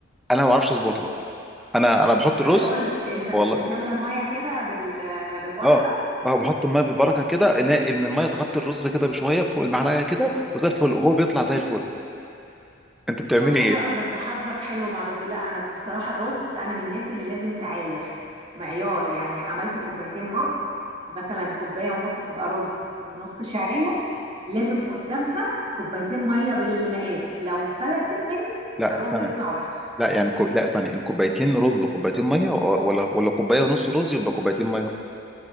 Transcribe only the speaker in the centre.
انا ما بعرفش اظبطها انا انا بحط
الرز
والله
اه اه بحط الميه بالبركه كده ان إن الميه تغطي الرز كده بشويه فوق المعلقه كده وزي الفل وهو بيطلع زي الفل انت بتعملي
ايه
لا
ثانية
لا يعني كو... لا ثانية الكوبايتين رز وكوبايتين مية ولا ولا كوباية ونص رز يبقى كوبايتين مية